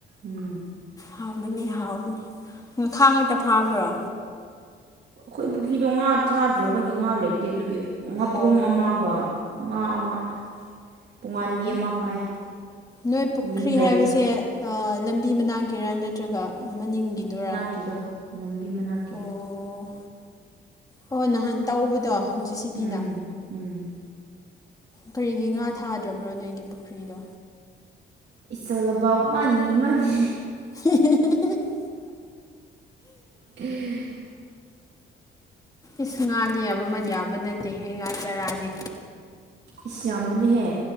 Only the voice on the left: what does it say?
ꯍꯥꯎꯒꯅꯤ ꯍꯥꯎꯒꯅꯤ ꯃꯈꯥ ꯉꯥꯛꯇ ꯐꯥꯕ꯭ꯔꯣ
ꯑꯣ
ꯎꯝ
ꯅꯣꯏ ꯄꯨꯈ꯭ꯔꯤ
ꯍꯥꯏꯕꯁꯦ ꯑꯥ ꯂꯝꯕꯤ ꯃꯅꯥꯛꯀꯤꯔꯥ ꯅꯠꯇ꯭ꯔꯒ ꯃꯅꯤꯡꯒꯤꯗꯨꯔꯥ
ꯑꯣ ꯍꯣꯏ ꯅꯍꯥꯟ ꯇꯧꯕꯗꯣ ꯖꯦ ꯁꯤ ꯕꯤꯅ
ꯀꯔꯤꯒꯤ ꯉꯥ ꯊꯥꯗ꯭ꯔꯕ꯭ꯔꯣ ꯅꯣꯏꯒꯤ ꯄꯨꯈ꯭ꯔꯤꯗꯣ
<unintelligible>
ꯏꯁ ꯉꯥꯗꯤ ꯌꯥꯝꯃꯟ ꯌꯥꯝꯕ ꯅꯠꯇꯦ ꯍꯦ ꯉꯥ ꯆꯔꯥꯗꯤ